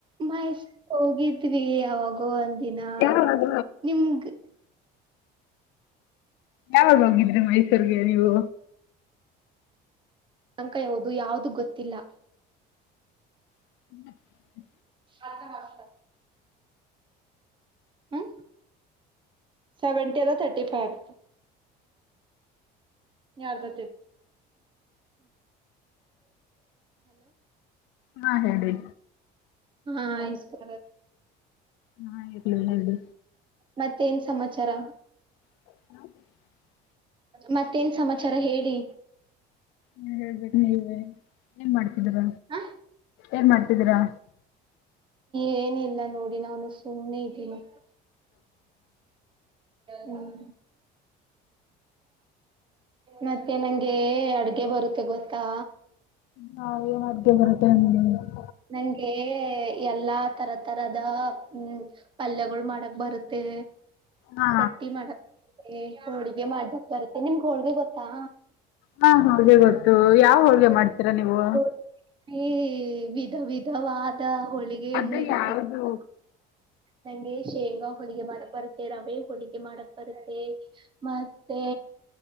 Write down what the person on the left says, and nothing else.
ಯಾವಾಗ
ಯಾವಾಗ ಹೋಗಿದ್ರಿ ಮೈಸೂರ್ಗೆ ನೀವು.
<inaudible>
ಹಾ ಹೇಳಿ.
ನಾ ಇರಲಲ್ಲ ಇಡು.
<inaudible>
ಹ ಹೇಳ್ಬೇಕು ನೀವೇ ಏನ್ ಮಾಡ್ತಿದಿರ.
ಏನ್ ಮಾಡ್ತಿದೀರಾ.
ಹಾ ಏನ್ ಅದ್ದೆ ಬರುತ್ತೆ ಅ
ಹಾ
ಹಾ ಹಾಗೆ ಗೊತ್ತು ಯಾವ ಹೋಳ್ಗೆ ಮಾಡ್ತೀರಾ ನೀವು.
ಅದೇ
ಯಾವ್ದು